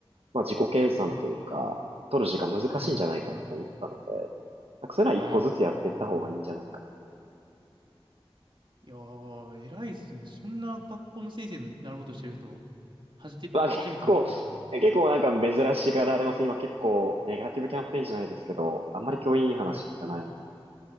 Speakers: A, on the right; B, on the right.
A: まあ自己研鑽というか、
B: うん。
A: 取る時間難しいんじゃないかなと思ったので、
B: はいはい。
A: なんかそれは一個ずつやっていった方がいいんじゃないかな。
B: ああ。いやー、偉いっすね。そんな学校の先生になろうとしてる人は、はじて、
A: まあ結構、
B: 初めて見まし
A: 結構なんか珍しがられます。今結構ネガティブキャンペーンじゃないですけど、あんまり教員いい話聞かないと思
B: た。はい。